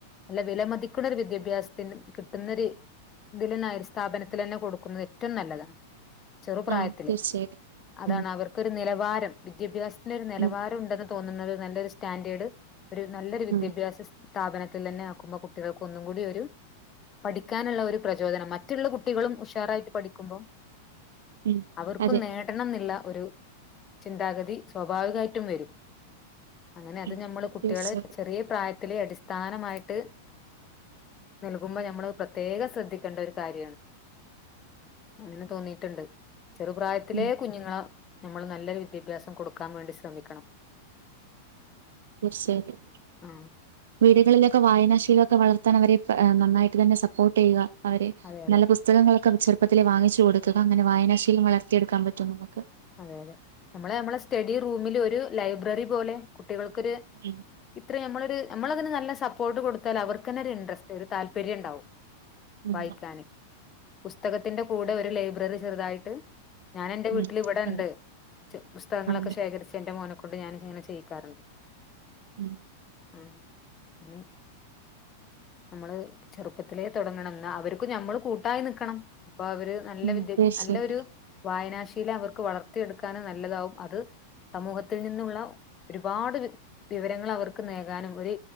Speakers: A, on the left; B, on the right.
A: നല്ല വില മതിക്കുന്ന ഒരു വിദ്യാഭ്യാസത്തിന് കിട്ടുന്നൊ ഒരു ഇതിൽന്ന സ്ഥാപനത്തിൽ തന്നെ കൊടുക്കുന്നത് ഏറ്റവും നല്ലതാണ് ചെറുപ്രായത്തില്
B: ആഹ് തീർച്ചയായിട്ടും
A: അതാണ്
B: ഉം
A: അവർക്കൊരു നിലവാര <unintelligible> വിദ്യാഭ്യാസം പിന്നെ ഒരു നിലവാരം
B: ഉം
A: ഉണ്ടെന്ന് തോന്നുന്നത് നല്ലൊരു സ്റ്റാൻഡേർഡ് ഒരു നല്ലൊരു വിദ്യാഭ്യാസ
B: ഉം
A: സ്ഥാപനത്തിൽ തന്നെ ആക്കുമ്പോ കുട്ടികൾക്ക് ഒന്നും കൂടി ഒരു പഠിക്കാനുള്ള ഒരു പ്രചോദനം മറ്റുള്ള കുട്ടികളും ഉഷാർ ആയിട്ട് പഠിക്കുമ്പോ
B: ഉം
A: അവർക്കും
B: അതെ
A: നേടണം ന്ന്ള്ള ഒരു ചിന്താഗതി സ്വാഭാവികായിട്ടും വരും അങ്ങനെ അത്
B: ഉം
A: നമ്മള് കുട്ടികള്
B: തീർച്ചയായിട്ടും
A: ചെറിയ പ്രായ ത്തിലെ അടിസ്ഥാനമായിട്ട് നൽകുമ്പോ നമ്മള് പ്ര പ്രത്യേകം ശ്രദ്ധിക്കേണ്ട ഒരു കാര്യമാണ് അങ്ങനെ തോന്നീട്ടുണ്ട് ചെറുപ്രായത്തിലെ
B: ഉം ഉം
A: കുഞ്ഞുങ്ങളെ നമ്മള് നല്ലൊരു വിദ്യാഭ്യാസം കൊടുക്കും നക്കാൻ വേണ്ടി ശ്രമിക്കണം
B: തീർച്ചയായിട്ടും
A: ആഹ്
B: വീടുകളിലൊക്കെ വായനാ ശീലമൊക്കെ വളർത്താൻ അവരെ നന്നായിട്ട് തന്നെ സപ്പോർട്ട് ചെയ്യുക അവരെ
A: അതെ അതെ
B: നല്ല പുസ്തകങ്ങളൊക്കെ <unintelligible> പപ്പത്തിലെ വാങ്ങിച്ച കൊടുക്കുക അങ്ങനെ വായനശീലം വളർത്തിയടുക്കാൻ പറ്റും നമുക്ക്
A: അതെ അതെ നമ്മള് നമ്മെ സ്റ്റഡി റൂമില് ഒരു ലൈബ്രറി പോലെ കുട്ടികൾക്കൊരു
B: ഉം
A: ഇത്ര നമ്മളരു നമ്മളന് നല്ല പ്പോർട്ട് കൊടുത്താല് അവർക്ക് തന്നെ ഒരു ഇൻട്രസ്റ്റ് ഒരു താല്പര്യം ഉണ്ടാവും
B: ഉം
A: വായിക്കാനെ പുസ് തകത്തിന്റെ കൂടെ ഒരു ലൈബ്രററി ചെറുതായിട്ട് ഞാൻ എന്റെ
B: ഉം
A: വീട്ട്
B: ഉം
A: ട്ടില് ഇവിടെ ഇണ്ട്
B: അതെ
A: പുസ്തകങ്ങളൊക്കെ
B: ആഹ്
A: ശേഖരിച്ച് എൻ്റെ മോനൊക് കൊണ്ട് ഞാൻ ഇങ്ങനെ ചെയ്യിക്കാറുണ്ട്
B: ഉം
A: ഉം അങ്ങനെ നമ്മള് ചെറുപ്പത്തിലേ തൊടങ്ങണം എന്നാ അവർക്ക് ഞമ്മള് കൂട്ടായി നിക്കണം അപ്പൊ അവര് നല്ല
B: ഉം
A: വിദ്യ
B: തീർച്ചയായിട്ടും
A: നല്ല ഒരു വായനാ അവർക്ക് വളർത്തിയെടുക്കാനും നല്ലതാവും. അത് സമൂഹത്തിൽ നിന്നുള്ള ഒരുപാട് വി വിവരങ്ങൾ അവർക്ക് നൽകാനും ഒരു